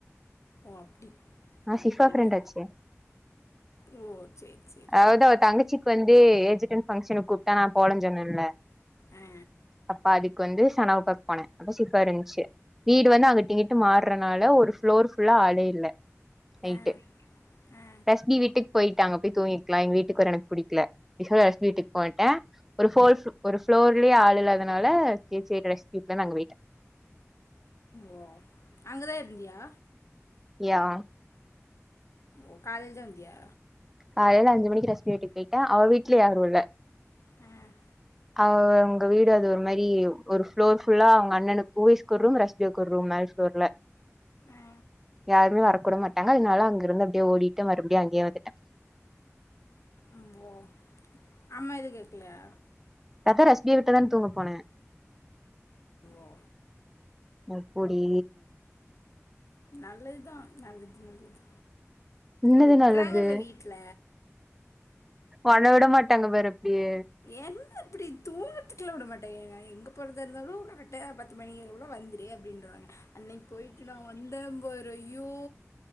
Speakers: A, on the left; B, in the centre.
A: ஓ அப்டி
B: நா
A: அப்டி
B: சிஃபா
A: போயிட்ட
B: ஃப்ரெண்ட் ஆச்சே
A: ஓ சேரி சேரி
B: அவ்த அவ தங்கச்சிக் வந்து ஏஜிட்டன்ட் பங்க்ஷனு கூப்ட்டா நா போலன்ஞ் சொன்னல்ல
A: ஆ
B: அப்பாடி வந்து சனாவ் பாக் போன அப்ப சிஃபா இருந்துச்சு வீடு வந்து அங்கிட்டிங்கிட்டு மாற்றனால ஒரு ஃபுளோர் ஃபுல்லா ஆளே இல்ல நைட்டு
A: ஆ ஆ
B: ரஸ்பி வீட்டுக் போயிட்டாங்க போய் தூங்கிட் லா எங் வீட்டுக் வர எனக் புடிக்ல இஃபோ ரஷ்பி வீட்டுக் போய்ட்ட ஒரு ஃபோள் ஃபு ஒரு ஃபுளோர்லே ஆள் இல்லாதனால சேச்சே ரஷ்பிக் தான் வஅங்க போயிட்டே
A: ஓ அங்கதா இருந்தியா
B: யா
A: ஒ காலைல்தா வந்தியா
B: காலைல அஞ்சு மணிக்கு ரஷ்மி வீட்டுக் போயிட்ட அவ வீட்ல யாரு இல்ல
A: ம்
B: அவ அவ்ங்க வீடு அது ஒரு மாரி ஒரு ஃப்ளோர் ஃபுல்லா அவங்க அண்ணனுக் கூவய்ஸ்க் ஒர் ரூம் ரஷ்பியோக் ஒரு ரூம் மேல் ஃப்ளோர்ல
A: ஆ
B: யாருமே வரக்கூட மாட்டாங்க அதனால அங்க இருந்து அப்டியே ஓடிட்டு மறுபடியு அங்யே வந்துட்ட
A: ம் ஒ அம்மா எது கேக்லயா
B: கதா ரஷ்பியா வீட்டதா தூங்க போன
A: ஓ
B: எப்புடி
A: நல்லதுதா நல்லது நல்லது
B: என்னது
A: அ விட்றாங்கல்ல
B: நல்லது
A: வீட்ல
B: ஒன்ன விட மாட்டாங்க பாரு அப்டியே
A: என்ன இப்டி தூவத்துக்லா விட மாட்டங் எங் ஐ எங்க போறதா இருந்தாலு கரக்டா பத்து மணிகுள்ள வந்துரு அப்டின்றுவாங்க அன்னைக் போயிட்டு நா வந்த பாரு ஐயோ